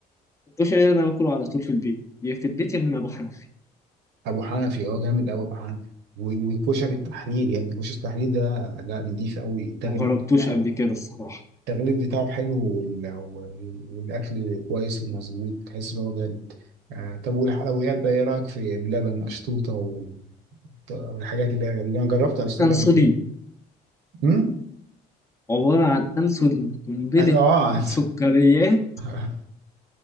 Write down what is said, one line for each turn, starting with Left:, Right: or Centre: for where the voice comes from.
Left: الكشري ده أنا باكله على طول في البيت يا في البيت يا من أبو حنفي
Right: ابو حنفي اه جامد قوي ابو حنفي و- وكشري التحرير يعني كشري التحرير ده لا نضيف قوي التغليف
Left: ما جربتوش
Right: بتاعه
Left: قبل كده الصراحة
Right: التغليف بتاعه حلو وال- وال- والاكل كويس ومظبوط تحس ان هو جامد آه طب والحلويات بقى ايه رايك في بلبن اشطوطه و- والحاجات اللي هي غريبه انا جربت اشطوطه
Left: أنسولين
Right: قبل كده امم
Left: عبارة عن أنسولين قنبلة
Right: اه
Left: سكريات
Right: <laughs>